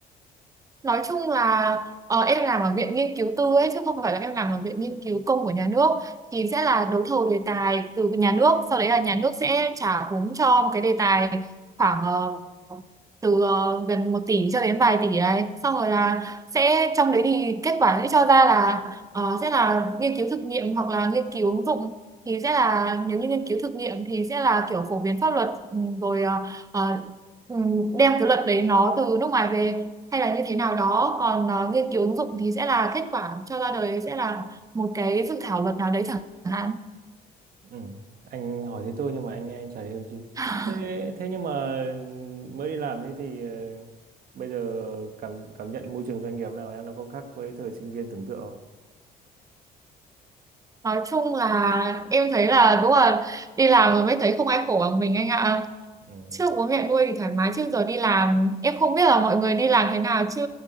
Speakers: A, on the right (about 20°); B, on the right (about 60°).
A: nói chung là ờ, em làm ở viện nghiên cứu tư ấy chứ không phải là em làm ở viện nghiên cứu công của nhà nước thì sẽ là đấu thầu đề tài từ nhà nước sau đấy là nhà nước sẽ trả vốn cho một cái đề tài khoảng ờ, từ ờ, gần một tỷ cho đến vài tỷ đấy xong rồi là sẽ trong đấy thì kết quả sẽ cho ra là ờ, sẽ là nghiên cứu thực nghiệm hoặc là nghiên cứu ứng dụng thì sẽ là nếu như nghiên cứu thực nghiệm thì sẽ là kiểu phổ biến pháp luật ừ, rồi ờ, ờ, ừ, đem cái luật đấy nó từ nước ngoài về hay là như thế nào đó còn ờ, nghiên cứu ứng dụng thì sẽ là kết quả cho ra đời sẽ là một cái dự thảo luật nào đấy chẳng hạn
B: Ừ. Anh hỏi thế tôi nhưng mà anh nghe anh chả hiểu gì.
A: <laughs>
B: Thế, thế nhưng mà mới đi làm thế thì ờ, bây giờ cảm cảm nhận môi trường doanh nghiệp nào em nó có khác với thời sinh viên tưởng tượng không?
A: nói chung là em thấy là đúng là đi làm rồi mới thấy không ai khổ bằng mình anh ạ
B: Ừ.
A: trước bố mẹ nuôi thì thoải mái trước giờ đi làm em không biết là mọi người đi làm thế nào chứ